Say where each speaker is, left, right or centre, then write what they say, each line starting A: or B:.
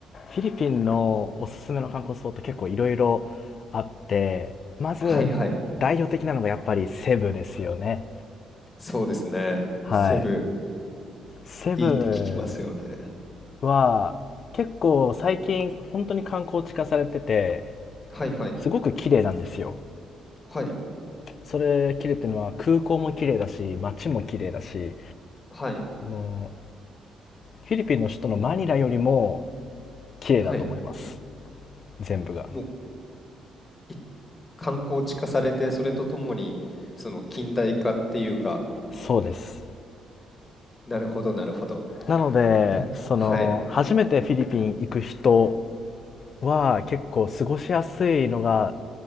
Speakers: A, on the left (about 50°); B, on the left (about 30°).
A: フィリピンのおすすめの観光スポット結構いろいろあって、まず代表的なのがやっぱりセブですよね。
B: はいはい。そうですね。
A: はい。
B: セブ、
A: セブ
B: いいって聞きますよね。
A: は結構最近本当に観光地化されてて、
B: はいはい。
A: すごく綺麗なんですよ。
B: はい。
A: それ綺麗っていうのは空港も綺麗だし、街も綺麗だし、
B: はい。
A: あのフィリピンの首都のマニラよりも綺麗だと思います。
B: はい。
A: 全部が。
B: もう、い観光地化されて、それとともに、その近代化っていうか、
A: そうです。
B: なるほどなるほど。
A: なので、
B: な、
A: その、
B: はい。
A: 初めてフィリピン行く人は結構過ごしやすいのが、